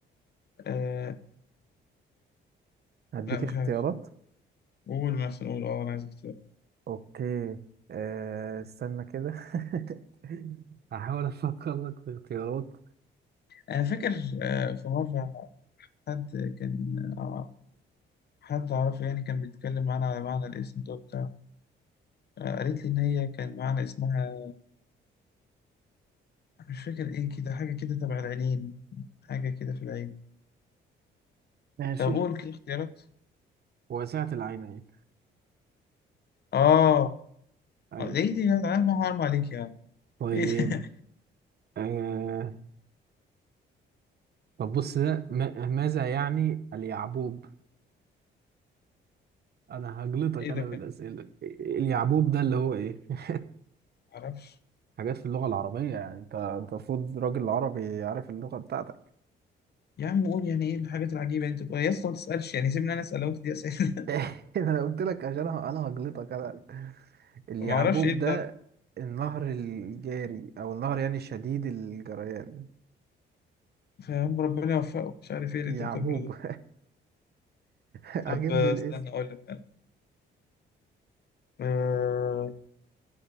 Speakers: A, on the left (about 55°); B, on the right (about 55°).
A: آه،
B: هديك
A: لا مش
B: اختيارات
A: عارف قول مثلا قول اه انا عايز اختيار
B: اوكي أه استنى كده <laughs> هحاول افكر لك في اختيارات
A: أنا فاكر آه، في مرة حد كان آه، حد أعرفه يعني كان بيتكلم معانا على معنى الاسم ده بتاع قالت لي إن هي كان معنى اسمها مش فاكر إيه كده حاجة كده تبع العينين حاجة كده في العين
B: ماشي
A: طب قول كده اختيارات
B: واسعة العينين
A: آه
B: ايوه
A: آه، إيه دي يا عم حرام عليك يا عم
B: طيب
A: إيه ده <laughs>
B: آه... طب بص ده ما... ماذا يعني اليعبوب؟ أنا هجلطك
A: إيه
B: أنا
A: ده
B: بالأسئلة
A: كان
B: اليعبوب ده اللي هو إيه؟ <laughs>
A: معرفش
B: حاجات في اللغة العربية يعني أنت أنت المفروض راجل عربي عارف اللغة بتاعتك
A: يا عم قول يعني إيه الحاجات العجيبة اللي أنت بتقولها يا اسطى ما تسألش يعني سيبني أنا أسأل لو أنت دي أسئلة
B: <laughs> أنا قلت لك عشان أنا أنا هجلطك أنا
A: <laughs>
B: اليعبوب
A: معرفش إيه البتاع
B: ده
A: ده
B: النهر الجاري أو النهر يعني شديد الجريان
A: فاهم ربنا يوفقه مش عارف إيه
B: يعبوب
A: اللي أنت بتعمله ده
B: <laughs> عاجبني
A: طب آه،
B: الاسم
A: استنى أقول لك أنا آه،